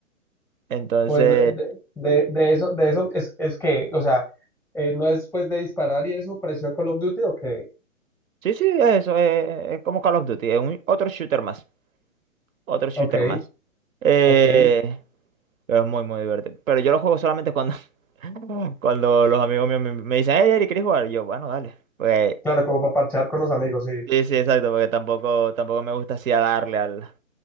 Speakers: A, on the right; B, in the centre.
A: Entonces,
B: bueno, de, de, de eso, de eso es, es que, o sea, Eh, ¿no es después de disparar y eso pareció a Call of Duty? Ok,
A: sí, sí, es eso, eh, es, como Call of Duty, es un, otro shooter más, otro shooter
B: ok,
A: más. Eh,
B: ok.
A: pero es muy, muy divertido. Pero yo lo juego solamente cuando, <laughs> cuando los amigos míos me, me dicen, hey, Eric, ¿quieres jugar? Y yo, bueno, dale. Pues,
B: Claro, como para parchear con los amigos, sí.
A: sí, sí, exacto, porque tampoco, tampoco me gusta así a darle al...